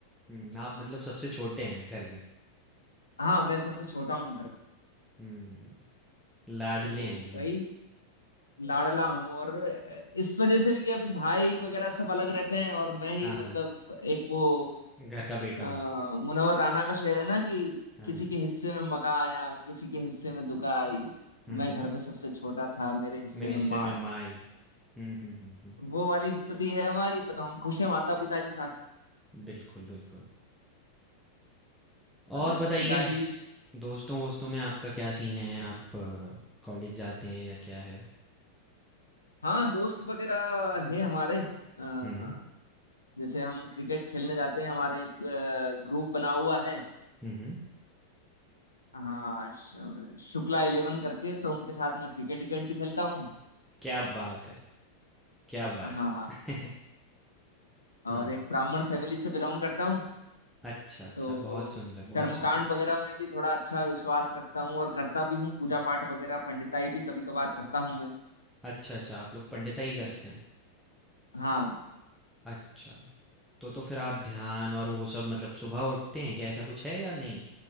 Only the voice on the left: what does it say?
हाँ मैं सबसे छोटा हूँ घर में
तो
वही लाडला हूँ और इस वजह से भी कि अभी भाई वगैरह सब अलग रहते हैं और मैं ही
मतलब एक वो
अ,
मुनव्वर राना का शेर है ना कि
किसी के हिस्से में मका आया किसी के हिस्से में दुका आई
मैं
घर में सबसे छोटा था मेरे हिस्से
में माँ
आई
वो वाली स्थिति है हमारी तो हम खुश हैं माता पिता के साथ
अभी
पिताजी
हाँ दोस्त वगैरह है हमारे अ,
जैसे हम क्रिकेट खेलने जाते हैं हमारे एक ग्रुप बना हुआ है
हाँ श- शुक्ला इलेवन करके तो उनके साथ मैं क्रिकेट क्रिकेट भी खेलता हूँ
हाँ
और एक ब्राह्मण फैमिली से बिलोंग करता हूँ
तो
कर्मकांड
वगैरह में भी थोड़ा अच्छा विश्वास रखता हूँ और करता भी हूँ पूजा पाठ वगैरह पंडिताई भी कभी कभार करता हूँ मैं
हाँ